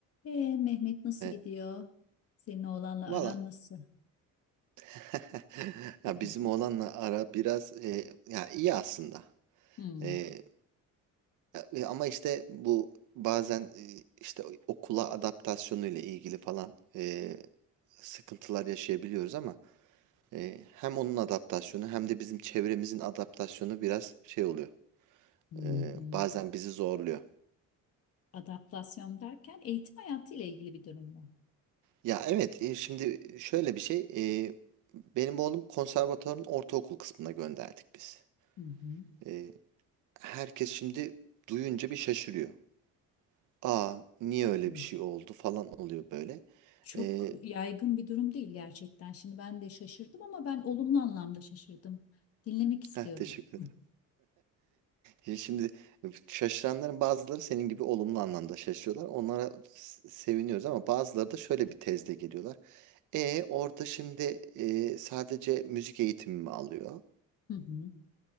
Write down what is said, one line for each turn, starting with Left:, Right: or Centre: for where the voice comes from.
Left: Ee, Mehmet nasıl
Right: E,
Left: gidiyor? Senin oğlanla
Right: valla
Left: aran nasıl? <laughs>
Right: <laughs> ya
Left: Hı hı.
Right: bizim oğlanla ara biraz e, ya iyi aslında.
Left: Hmm,
Right: E, e, ama işte bu bazen e, işte okula adaptasyonu ile ilgili falan e, sıkıntılar yaşayabiliyoruz ama e, hem onun adaptasyonu hem de bizim çevremizin adaptasyonu biraz şey oluyor.
Left: hı
Right: E,
Left: hı.
Right: bazen bizi zorluyor.
Left: Adaptasyon derken eğitim hayatı ile ilgili bir durum mu?
Right: Ya evet e, şimdi şöyle bir şey e, benim oğlum konservatuvarın ortaokul kısmına gönderdik biz.
Left: Hı hı.
Right: E, herkes şimdi duyunca bir şaşırıyor. Aa niye öyle
Left: Hı.
Right: bir şey oldu falan oluyor böyle.
Left: Çok
Right: Ee,
Left: yaygın bir durum değil gerçekten. Şimdi ben de şaşırdım ama ben olumlu anlamda şaşırdım. Dinlemek istiyorum.
Right: heh, teşekkür
Left: Hı.
Right: ederim. <laughs> Şimdi şaşıranların bazıları senin gibi olumlu anlamda şaşırıyorlar. Onlara s- seviniyoruz ama bazıları da şöyle bir tezle geliyorlar. E orada şimdi e, sadece müzik eğitimi mi alıyor?
Left: Hı hı.